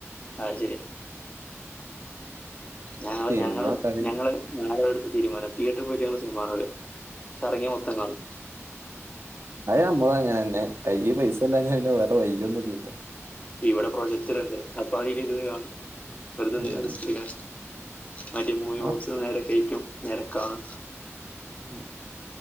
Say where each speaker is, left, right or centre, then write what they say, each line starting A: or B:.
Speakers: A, on the left; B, on the right.
A: ആ ശരിയ, ഞങ്ങള്
B: സിനിമ
A: ഞങ്ങള്
B: കളി
A: ഞങ്ങള് നാലൊടു തീരുമാനം തിയേട്രി പോയിട്ട് ഞങ്ങങ്ങള് സിനിമാണൂല പർങ്ങിയ മൊത്തം കാണും
B: അമ്മളു ങ്ങനെ കൈ പൈസല്ലഞ വേറെ വൈയ്യോന്നുല്ലല്ലോ
A: ഇവിടെ പ്രൊജക്റ്ററ്ണ്ട് അപ്പൊ അയ്ല് രുന്ന് കാണും വെറുതെന്തിനാ
B: ഉം.
A: റിസ്ക്ട്ക്കണേ മറ്റെ മൂവി
B: ആ
A: ബോക്സിന്ന് നേരെ കയറ്റും നേരെക്കാണ്
B: ഉം